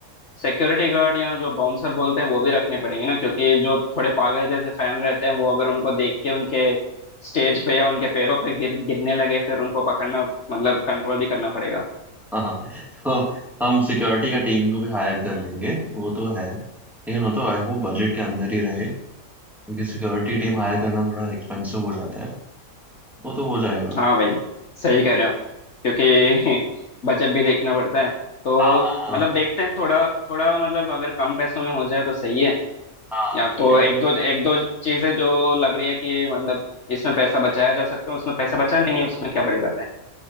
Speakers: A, on the left; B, in the centre.
A: सिक्योरिटी गार्ड या जो बाउंसर बोलते हैं वो भी रखने पड़ेंगे ना क्योंकि जो थोड़े पागल जैसे फैन रहते हैं वो अगर उनको देख के उनके स्टेज पे या उनके पैरों पे गिर गिरने लगे फिर उनको पकड़ना मतलब कंट्रोल भी करना पड़ेगा
B: हाँ हाँ तो हम सिक्योरिटी का टीम को भी हायर कर लेंगे वो तो है लेकिन वो तो आई होप बजट के अंदर ही रहे क्योंकि सिक्योरिटी टीम हायर करना थोड़ा एक्सपेंसिव हो जाता है वो तो हो जाएगा
A: हाँ भाई सही कह रहे हो क्योंकि <laughs> बजट भी देखना पड़ता है तो
B: हाँ हाँ हाँ
A: मतलब देखते हैं थोड़ा थोड़ा मतलब अगर कम पैसों में हो जाए तो सही है
B: हाँ,
A: या तो
B: ये-
A: एक दो एक दो चीजें जो लग रही है कि मतलब इसमें पैसा बचाया जा सकता है उसमें पैसा बचा लेंगे उसमें क्या बड़ी बात है